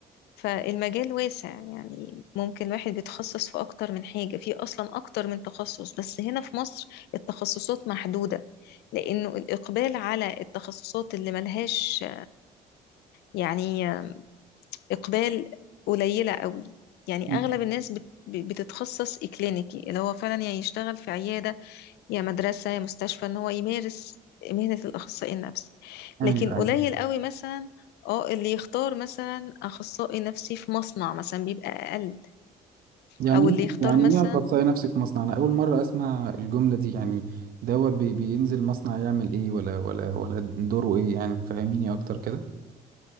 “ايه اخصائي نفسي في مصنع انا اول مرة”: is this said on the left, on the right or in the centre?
Right